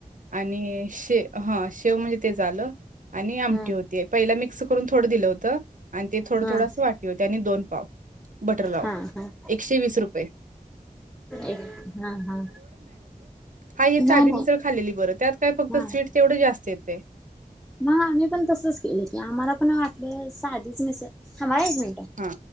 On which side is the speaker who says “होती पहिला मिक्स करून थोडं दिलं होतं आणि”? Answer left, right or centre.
Right